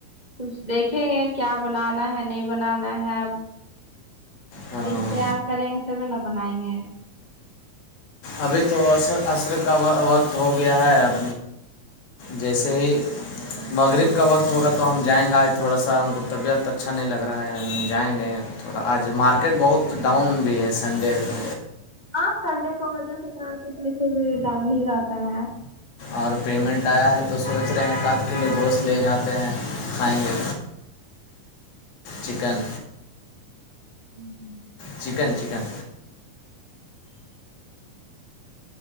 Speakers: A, on the right; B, on the left.
A: کچھ دیکھیں گے کیا بنانا ہے نہیں بنانا ہے
B: ہاں
A: ڈش تیار کریں گے تبھی نہ بنائیں گے
B: ابھی تو عصر عصر کا وقت ہو گیا ہے اب جیسے ہی مغرب کا وقت ہوگا تو ہم جائیں گے آج تھوڑا سا ہم کو طبیعت اچھا نہیں لگ رہا ہے ہم جائیں گے تھوڑا آج مارکیٹ بہت ڈاؤن بھی ہے سنڈے تو
A: ہاں سنڈے کو دو بجے سے مارکیٹ ویسے ہی ڈاؤن بھی رہتا ہے
B: اور پیمنٹ آیا ہے تو سوچ رہے ہیں ایک ات کلو گوشت لے جاتے ہیں کھائیں گے چکن
A: ہوں
B: چکن چکن